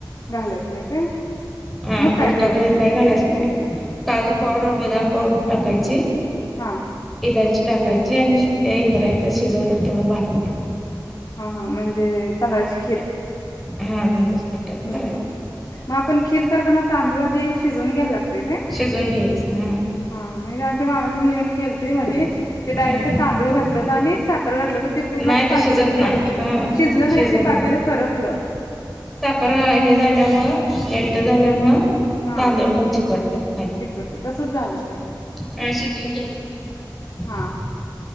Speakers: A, on the left; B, in the centre.
A: घालयच नाही काय.
B: हा
A: मग काय
B: टोस्ट
A: घालायचं
B: ब्रेड काय
A: त्यात?
B: घालायच न्हाय, काजू पावडर, बदाम पावडर, टाकायची.
A: हां
B: इलायची टाकायची आणि इंद्रायणी चा शिजवलेला थोडं भात
A: हा हा म्हणजे तांदळाची खीर
B: हा तांदळाची खीर टाईप
A: हूं
B: करायचं
A: म आपण खीर करताना तांदूळ आधी शिजवून घ्यायला ला
B: शिजवून घ्यायचं हा
A: हा मंजे आमच्या मामाच्या यांनी केलत मध्ये ते डायरेक्ट
B: हा
A: तांदूळ घातल होत आणि सा तर घातलं तर ते पूर्ण
B: नाही
A: असं
B: ते
A: पातेलं
B: शिजत नाही
A: करपल
B: हा
A: शिजलं नाही
B: शिजत
A: ते पातेलं करपलं.
B: करा हे झाल्यामुळ मेल्ट झाल्यामुळ.
A: हा
B: तांदुळ पण चिकटतात खाली.
A: तिकडते तसच झालं ते
B: अ शिजवून घ्यायचं
A: हा